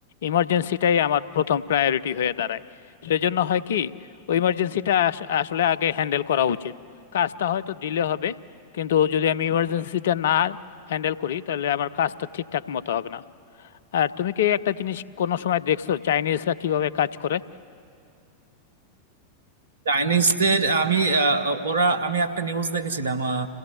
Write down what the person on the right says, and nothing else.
চাইনিজদের আমি আহ, ওরা আমি একটা নিউজ দেখেছিলাম আহ,